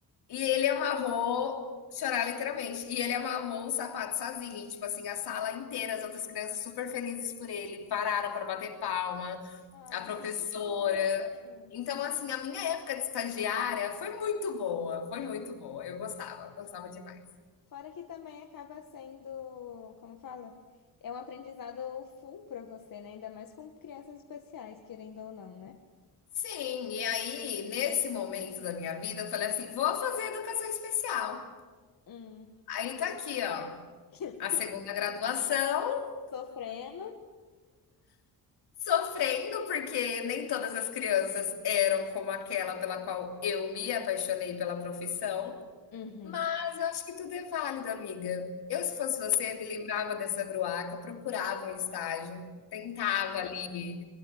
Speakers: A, on the left; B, on the left.
A: E ele amarrou, chorar literalmente, e ele amarrou o sapato sozinho, e, tipo assim, a sala inteira, as outras crianças super felizes por ele, pararam para bater palma,
B: Ai,
A: a professora.
B: que fofo.
A: Então, assim, a minha época de estagiária foi muito boa, foi muito boa. Eu gostava, gostava demais.
B: Fora que também acaba sendo, como fala? É um aprendizado full pra você, né? Ainda mais com crianças especiais, querendo ou não, né?
A: Sim, e aí, nesse momento da minha vida, eu falei assim: vou fazer educação especial.
B: Hum.
A: Aí tá aqui, ó,
B: <laughs>
A: a segunda graduação
B: Sofrendo.
A: Sofrendo, porque nem todas as crianças eram como aquela pela qual eu me apaixonei pela profissão,
B: Uhum.
A: mas eu acho que tudo é válido, amiga. Eu, se fosse você, me lembrava dessa bruaca, procurava um estágio, tentava ali